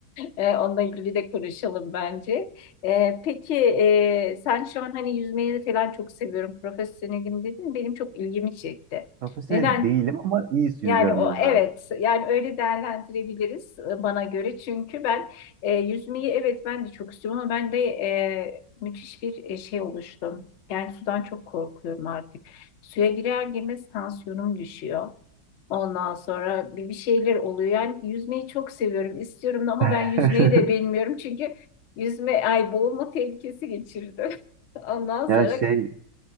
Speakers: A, on the left; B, on the right.
A: Ee, onunla ilgili de konuşalım bence. Ee, peki e, sen şu an hani yüzmeyi falan çok seviyorum. Profesyonelim dedin. Benim çok ilgimi çekti.
B: Profesyonel
A: Neden
B: değilim ama iyi yüzüyorum
A: Yani o
B: yüzme.
A: evet yani öyle değerlendirebiliriz e, bana göre çünkü ben e, yüzmeyi evet ben de çok istiyorum ama ben de e, müthiş bir e, şey oluştum. Yani sudan çok korkuyorum artık. Suya girer girmez tansiyonum düşüyor. Ondan sonra bir, bir şeyler oluyor. Yani yüzmeyi çok seviyorum, istiyorum da ama ben
B: <laughs>
A: yüzmeyi de bilmiyorum çünkü yüzme ay boğulma tehlikesi geçirdim. <laughs> Ondan sonra
B: Yani şey